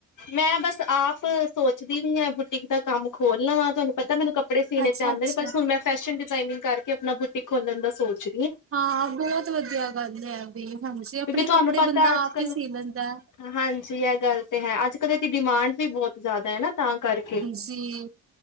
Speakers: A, on the left (about 70°); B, on the right (about 45°).
A: ਮੈਂ ਬਸ ਆਪ ਸੋਚਦੀ ਵੀ ਆ ਬੁਟੀਕ ਦਾ ਕੰਮ ਖੋਲ ਲਵਾਂ ਤੁਹਾਨੂੰ ਪਤਾ ਮੈਨੂੰ ਕੱਪ ੜੇ ਸੀਣੇ
B: ਅੱਛਾ
A: ਤਾਂ ਆਂਦੇ
B: ਅੱਛਾ
A: ਨੇ ਬਸ ਹੁਣ ਮੈਂ ਫੈਸ਼ਨ ਡਿਜ਼ਾਇਨਿਗ ਕਰਕੇ ਆਪਣਾ ਬੂਟੀਕ ਖੋਲਣ ਦਾ ਸੋਚ
B: ਹਾਂ, ਬਹੁਤ ਵਧੀਆ ਗੱਲ ਐ ਵੀ ਹਾਂਜੀ
A: ਕਿਉਂਕਿ
B: ਆਪਣੇ
A: ਤੁਹਾਨੂੰ
B: ਕੱਪੜੇ
A: ਪਤਾ
B: ਬੰਦਾ
A: ਅੱਜ
B: ਆਪ
A: ਕੱਲ
B: ਈ ਸੀਂ ਲੈਂਦਾ
A: ਹਾਂਜੀ, ਇਹ ਗੱਲ ਤੇ ਹੈ ਅੱਜ ਕੱਲ੍ਹ ਇਹਦੀ ਡਿਮਾਂਡ ਵੀ ਬਹੁਤ ਜ਼ਿਆਦਾ ਐ ਨਾ ਤਾਂ ਕਰਕੇ
B: ਜੀ